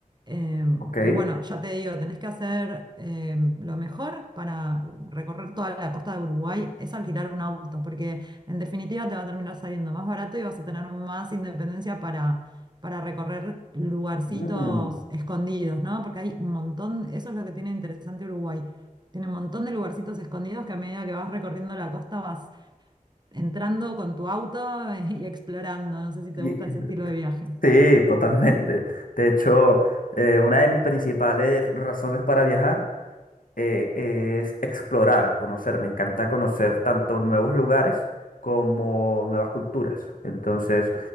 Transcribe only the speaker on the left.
ok.
mm.
Y-
sí, totalmente. De hecho, eh, una de mis principales razones para viajar eh, es explorar, conocer. Me encanta conocer tanto nuevos lugares como nuevas culturas. Entonces,